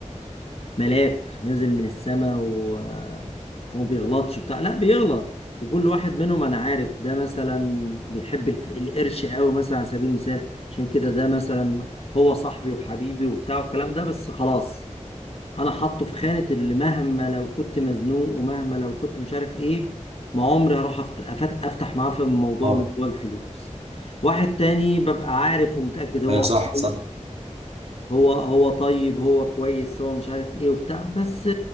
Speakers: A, on the left (about 50°); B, on the right (about 55°).
A: ملاك نزل من السماء و... وما بيغلطش بتاع لا بيغلط وكل واحد منهم انا عارف ده مثلا بيحب الف- القرش قوي مثلا على سبيل المثال عشان كده ده مثلا هو صاحبي وحبيبي وبتاع والكلام ده بس خلاص انا حاطه في خانة اللي مهما لو كنت مزنوق ومهما لو كنت مش عارف ايه ما عمري هروح أفت... أفت... افتح معاه في موضوع
B: اه
A: موضوع الفلوس واحد تاني ببقى عارف ومتأكد هو
B: ايوه صح
A: أقوى
B: صح
A: هو هو طيب هو كويس هو مش عارف ايه وبتاع بس